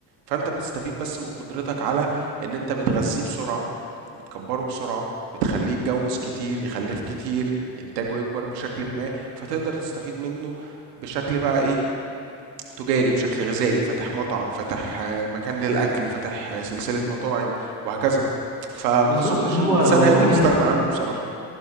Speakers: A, on the right; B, on the right.
A: فانت بتستفيد بس من قدرتك على ان انت بتغذيه بسرعه بتكبره بسرعة بتخليه يتجوز كتير يخلف كتير انتاجه يكبر بشكل ما فتقدر تستفيد منه بشكل بقى ايه تجاري بشكل غذائي فاتح مطعم فاتح آه، مكان للأكل فاتح آه، سلسلة مطاعم وهكذا فما
B: بالظبط
A: اظنش
B: هو
A: ان الانسان
B: الموضوع
A: هيقدر يستغنى
B: يعني
A: عنه بصراحة